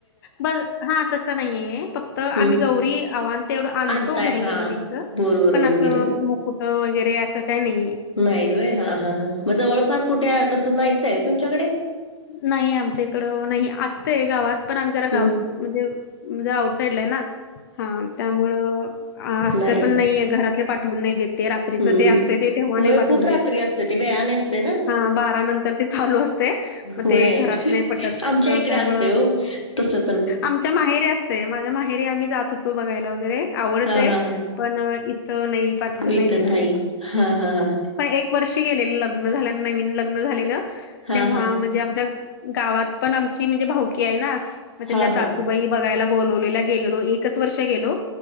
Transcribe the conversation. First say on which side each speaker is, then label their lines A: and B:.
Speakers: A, on the left; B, on the left.
A: बर हा तसं नाहीये फक्त आम्ही
B: हं
A: गौरी आव आणि ते एवढं आणतो
B: आणताय
A: घरी
B: हा
A: गौरीच
B: बोरवरून
A: पण
B: वगैरे.
A: असं मुकुट वगैरे असं काही नाहीये.
B: नाही वय हा हा हा म जवळपास कुठे तसं नाहीचं आहे तुमच्याकडे
A: नाही आमच्या इकडं नाही असतय गावात पण आम्ही जरा गाव
B: हं
A: म्हणजे म्हणजे आउट साईडला आहे ना हा त्यामुळं असत
B: नाही
A: पण नाहीये घरात पाठवून नाही देत. ते रात्रीच
B: हं.
A: ते असत ते तेव्हा
B: होय
A: नाही पाठवून
B: खूप
A: देत
B: रात्री असते ते वेळाने असते ना
A: हा बारा नंतर ते चालू असते. मग
B: होय.
A: ते घरात नाही पटत
B: आमच्या इकडे
A: त्यामु
B: असते हो तसं पण
A: आमच्या माहेरी असते. माझ्या माहेरी आम्ही जात होतो बघायला वगैरे आवडतय
B: हा हा हा.
A: पण इथं नाही पाठवून
B: इथं
A: नाही देत तस
B: हा हा हा
A: प एक वर्षी गेलेलं लग्न झाल्या नवीन लग्न झालेलं
B: हा
A: तेव्हा
B: हा
A: म्हणजे आ गावात पण आमची म्हणजे भाऊकी आहे ना तिथल्या
B: हा
A: सासूबाई
B: हा
A: बघायला बोलवलेल्या. गेलेलो एकच वर्ष गेलो